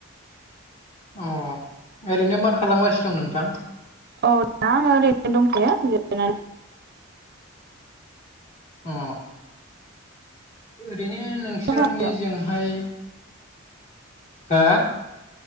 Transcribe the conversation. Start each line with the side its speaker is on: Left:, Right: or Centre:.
Left: अ ओरैनो मा खालामगासिनो दं नोंथां
Right: औ दा आ ओरैनो दंथोयोनानै
Left: अ ओरैनो नोंसोरनि
Right: मा खालामदों?
Left: जों ओमाय हो